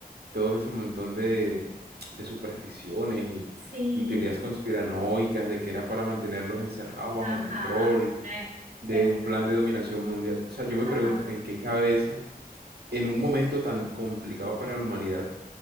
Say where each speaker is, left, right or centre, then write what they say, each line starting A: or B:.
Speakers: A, on the right; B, on the right.
A: todo ese montón de, de supersticiones y,
B: sí,
A: y teorías conspiranoicas de que era para mantenerlos encerrados bajo
B: ajá,
A: control,
B: eh,
A: de
B: exacto,
A: un plan de dominación mundial. O sea, yo me
B: ajá.
A: pregunto, ¿en qué cabeza, en un momento tan complicado para la humanidad,